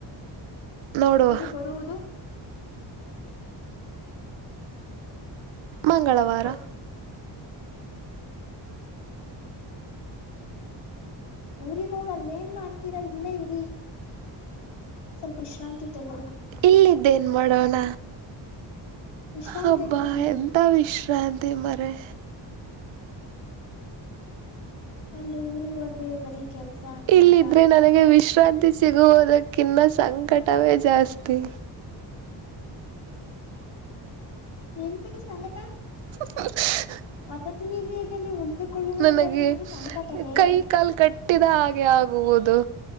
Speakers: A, on the right (about 80°); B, on the left (about 65°).
A: ನೋಡುವ
B: ಹೋಗಿ ಬರುವುದು.
A: ಮಂಗಳವಾರ.
B: ಬ ಊರಿ ಹೋಗಿ ಅಲ್ಲೇ ಏನ್ ಮಾಡ್ತೀರಾ ಇಲ್ಲೇ ಇರಿ. ಸ್ವಲ್ಪ ವಿಶ್ರಾಂತಿ ತೆೆಗದುಕೊಂಡು.
A: ಇಲ್ಲಿದ್ದೇನ್ ಮಾಡೋಣ
B: ವಿಶ್ರಾಂತಿ
A: ಹಬ್ಬ
B: ತೆಗೆದುಕೊಳ್ಳಿ
A: ಎಥ ವಿಶ್ರಾಂ ತಿ ಮರ್ಯಾ
B: ಅಲ್ಲಿ ಊರಿಗಿ ಹೋದ್ರೆ ಬರೀ ಕೆಲ್ಸ. ಕೆಲ್ಸ
A: ಇಲ್ಲಿದ್ದರೆ ನನಗೆ ವಿಶ್ರಾಂತಿ ಸಿಗುವುದಕ್ಕಿನ್ನ ಸಂಕಟವೇ ಜಾಸ್ತಿ.
B: ಎಂತಕ್ಕೆ ಸಂಕಟ.
A: <inaudible>
B: <unintelligible>
A: ನನಗೆ
B: ನಿಮಗೆ ಸಂಕಟವೇ
A: ಕೈ ಕಾಲು ಕಟ್ಟಿದ ಹಾಗೆ ಆಗುವುದು.